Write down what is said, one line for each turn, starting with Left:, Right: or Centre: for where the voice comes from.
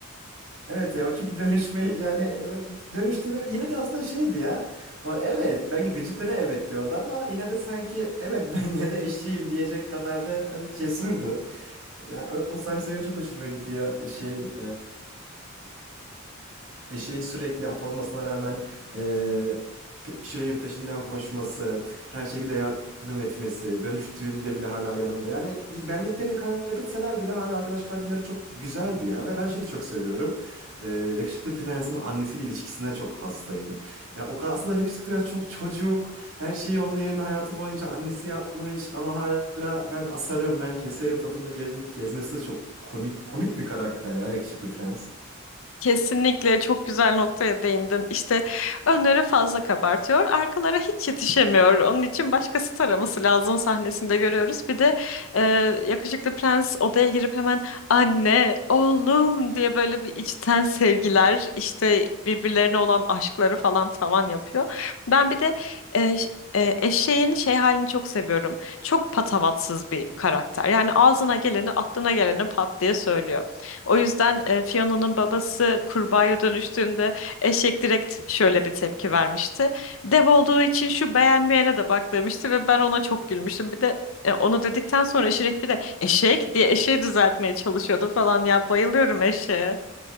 Right: Evet ya o çünkü <laughs> dönüşme yani e, dönüştü ve yine de aslında şeydi ya. O evet belki gıcıklığına evet diyordu ama yine de sanki evet <laughs> ben yine de eşeğim diyecek kadar da hani cesurdu. Ya o, o sahne benim çok hoşuma gidiyor şeyin eşeğin sürekli at olmasına rağmen eee pe- Şirey'in peşinden koşması, her şekilde yardım etmesi, dönüştüğünde bile hala yanında. Yani benliklerini kaybetseler bile hala arkadaş kalabilmeleri çok güzeldi ya. Ve ben şeyi de çok seviyorum. Eee, Yakışıklı Prens'in annesiyle ilişkisine çok hastayım. Ya o kadar aslında Yakışıklı Prens çok çocuk. Her şeyi onun yerine hayatı boyunca annesi yapmış ama hala ben asarım, ben keserim tadında gez- gezmesi de çok komik komik bir karakter ya Yakışıklı Prens.
Left: Kesinlikle çok güzel noktaya değindin. İşte önleri fazla kabartıyor, arkalara hiç yetişemiyor. Onun için başkası taraması lazım sahnesinde görüyoruz. Bir de e, yakışıklı prens odaya girip hemen anne, oğlum diye böyle bir içten sevgiler, işte birbirlerine olan aşkları falan tavan yapıyor. Ben bir de e, ş- e, eşeğin şey halini çok seviyorum. Çok patavatsız bir karakter. Yani ağzına geleni, aklına geleni pat diye söylüyor. O yüzden e, Fiona'nın babası kurbağaya dönüştüğünde eşek direkt şöyle bir tepki vermişti. Dev olduğu için şu beğenmeyene de bak demişti ve ben ona çok gülmüştüm. Bir de e, onu dedikten sonra Şirek bir de eşek diye eşeği düzeltmeye çalışıyordu falan ya bayılıyorum eşeğe.